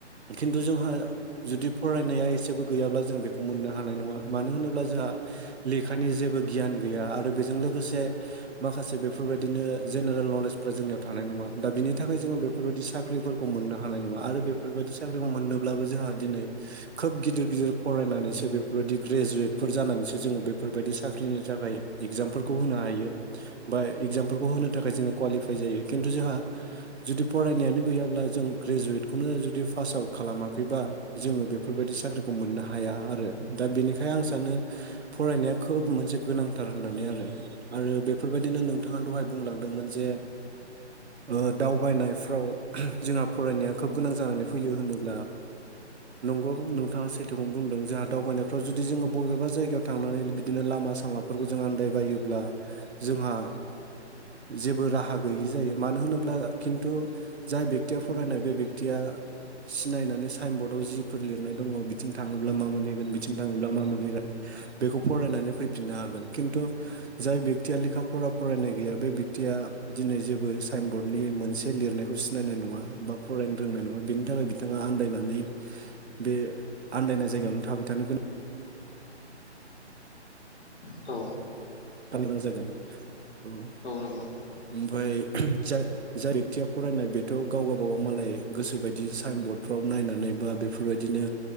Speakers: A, on the right; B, on the left.
A: खिन्थु जोंहा जुदि फरायनाया एसेबो गैयाब्ला जों बेखौ मोननो हानाय नङा मानो होनोब्ला जोंहा लेखानि जेबो गियान गैया आरो बेजों लोगोसे माखासे बेफोरबायदिनो जेनेरेल नलेजफ्रा जोंनियाव थानाय नङा दा बिनि थाखाय जोङो बे बेफोरबायदि साख्रिफोरखौ मोननो हानाय नङा आरो बेफोरबायदि साख्रिखौ मोननोब्लाबो जोंहा दिनै खोब गिदिर गिदिर फरायनानैसो बेफोरबायदि ग्रेजुवेटफोर जानानैसो जोङो बेफोरबायदि साख्रिनि थाखाय इगजामफोरखौ होनो हायो बा इग्जामफोरखौ होनो थाखाय जोङो क्वालिफाइ जायो खिन्थु जोंहा जुदि फरायनायानो गैयाब्ला जों ग्रेजुवेटखौनो जुदि पास आउट खालामाखैबा जोङो बेफोरबायदि साख्रिखौ मोननो हाया आरो दा बेनिखायनो आं सानो फरायनाया खोब मोनसे गोनांथार होननानै आरो आरो बेफोरबायदिनो नोंथाङा दहाय बुंलांदोंमोन जे <unintelligible> दावबायनायफ्राव जोंहा फरायनाया खोब गोनां जानानै फैयो होनोब्ला नंगौ नोंथाङा सैथोखौनो बुंदों जोंहा दावबायनायफ्राव जुदि जोङो बबेबा जायगायाव थांनानै बिदिनो लामा सामा बेफोरखौ जों आन्दायबायोब्ला जोंहा जेबो राहा गैयि जायो मानो होनोब्ला खिन्थु जाय बेक्तिया फरायनाय बे बेक्तिया सिनायनानै साइन बरडआव जिफोर लिरनाय दङ बिथिं थाङोब्ला मा मोनहैगोन बिथिं थाङोब्ला मा मोनहैगोन बेखौ फरायनानै फैफिननो हागोन खिन्थु जाय बेक्तिया लेखाफोरार फरायनाय गैया बे बेक्तिया दिनै जेबो साइन बरर्डनि मोनसे लिरनायखौ खौ सिनायनाय नङा बा फरायनो रोंनाय नङा बेनि थाखाय बिथाङा आन्दायनानै बे आन्दायनाय जायगायावनो थाबाय थानो गोनां
B: औ
A: फाननो गोनां जागोन औ
B: औ नांगौ।
A: ओमफ्राय जा जाय बेक्तिया फरायनाय बेथ' गाव गावबागाव मालाय गोसो बायदि साइन बर्डाव नायनानै बा बे बेफोरबायदिनो